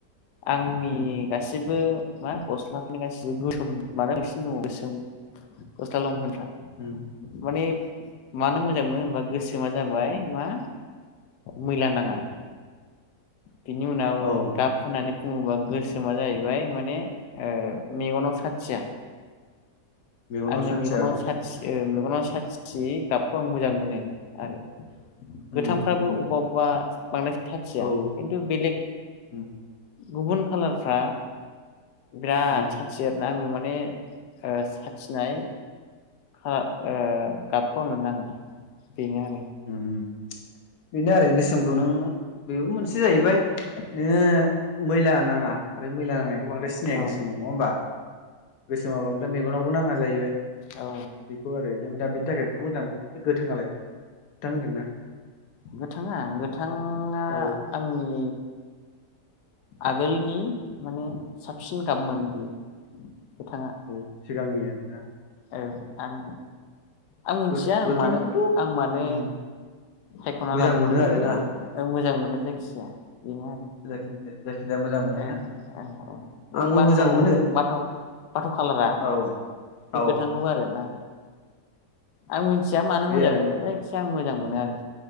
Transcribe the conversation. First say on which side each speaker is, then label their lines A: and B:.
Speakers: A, on the left; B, on the left.
A: आंनि
B: उम
A: गासैबो मा गस्लाफोरनि गासिबो गोसोम मानो बांसिनो दङ गोसोम गस्ला लंफेनफ्रा
B: ओम
A: माने मानो मोजां मोनो होनबा गोसो मा जाबाय मा मैला नाङा बिनि उनाव
B: औ
A: गाब
B: उम
A: होननानै बुङोबा गोसोमा जाहैबाय माने ओ मेगनाव साथिया
B: मेगनाव
A: आंनो
B: साथिया
A: मेगनाव
B: औ
A: साथस ओ मेगनाव सासियि गाबखौ आं मोजां मोनो आरो गोथांफ्राबो
B: उम उम
A: अबबा अबबा बांद्राय थाथिया
B: औ
A: खिन्थु बेलेग
B: उम
A: गुबुन खाालारफ्रा बिराद
B: उम
A: साखथि आरो आंनो माने ओ सा थानाय खा ओ गाबखौ आंनो नाङा बेनो आरो
B: उम उम बेनो आरो गोसोम खुनो बेबो मोनसे जाहैबाय नोङो मैला नाङा आरो मैला नांनाय बांद्राय सिनाया
A: औ
B: गोसोमाव नङा ओमबा गोसोमा बांद्राय मेगनावबो नाङा जाहैबाय
A: औ
B: बेखौ आरो नों दा बेनि थाखाय बेखौ मोजां मोनो गोथाङालाय थां होनदोंना
A: गोथाङा गोथांङा
B: औ
A: आंनि आगोलनि माने साबसिन गाबमोन बियो गोथाङा
B: औ सिगांनि आरनोना
A: औ आं आं मोनथिया
B: गोथांखौथ'
A: आं मानो
B: उम
A: आं मानो सायख'ना
B: मोजां
A: लादोंमोन
B: मोनो
A: खिन्थु
B: आरोना
A: ओ मोजां मोनो जायखिजाया बेनो आरो
B: जायखिनजा जायखिनजाया मोजां मोनोना
A: ओं ओं ओं बै
B: आंबो
A: बाथ'
B: मोजां मोनो
A: बाथ' बाथ' खालारा
B: औ
A: बे
B: औ
A: गोथांखौ आरोना आं मिन्थिया मानो
B: बे
A: मोजां मोनो जायखिजाया आं मोजां मोनो आरो